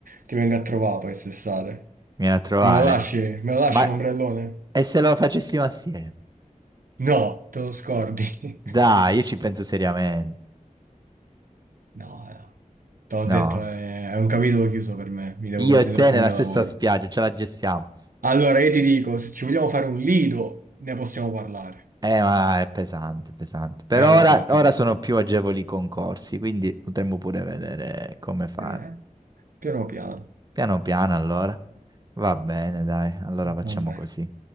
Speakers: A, on the right; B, on the right.
A: ti vengo a trovare poi quest'estate.
B: vieni a trovare.
A: Me lo lasci? Me lo lasci
B: Ma
A: un ombrellone?
B: e se lo facessimo assieme?
A: No, te lo scordi.
B: Dai,
A: <laughs>
B: io ci penso seriamente.
A: No, no, te l'ho
B: No?
A: detto, è, è un capitolo chiuso per me, mi devo
B: Io
A: concentrare
B: e te
A: sul
B: nella
A: mio
B: stessa
A: lavoro.
B: spiaggia, ce la gestiamo.
A: Allora, io ti dico, se ci vogliamo fare un lido, ne possiamo parlare.
B: Eh, ma è pesante, pesante. Per
A: Eh,
B: ora,
A: lo so, è pesante.
B: ora sono più agevoli i concorsi, quindi potremmo pure vedere come fare.
A: Eh, piano piano.
B: Piano piano, allora. Va bene, dai, allora facciamo
A: Vabbè.
B: così.